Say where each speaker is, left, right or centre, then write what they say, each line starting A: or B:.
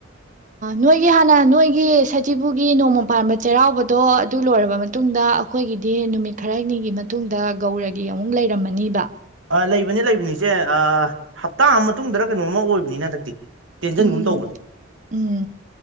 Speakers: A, on the right; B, on the right.
A: ꯅꯣꯏꯒꯤ ꯍꯥꯟꯅ ꯅꯣꯏꯒꯤ ꯁꯖꯤꯤꯕꯨꯒꯤ ꯅꯣꯡꯃ ꯄꯥꯟꯕ ꯆꯩꯔꯥꯎꯕꯗꯣ ꯑꯗꯨ ꯂꯣꯏꯔꯕ ꯃꯇꯨꯡꯗ ꯑꯩꯈꯣꯏꯒꯤꯗꯤ ꯅꯨꯃꯤꯠ ꯈꯔꯅꯤꯒꯤ ꯃꯇꯨꯡꯗ ꯒꯧꯔꯒꯤ ꯑꯃꯨꯛ ꯂꯩꯔꯝꯃꯅꯤꯕ
B: ꯂꯩꯕꯅꯤ ꯂꯩꯕꯅꯤꯁꯦ ꯍꯞꯇꯥ ꯃꯇꯨꯡꯗꯔ ꯀꯩꯅꯣꯝꯃ ꯑꯣꯏꯕꯅꯤꯅ ꯍꯟꯗꯛꯇꯤ ꯇꯦꯟꯖꯟꯒꯨꯝ
A: ꯎꯝ
B: ꯇꯧꯕꯅꯤ
A: ꯎꯝ